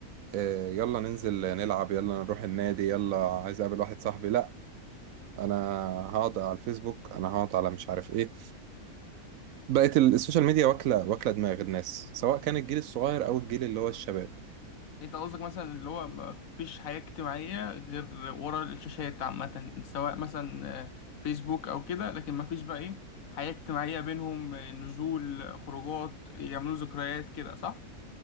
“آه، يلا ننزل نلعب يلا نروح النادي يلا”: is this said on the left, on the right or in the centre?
Right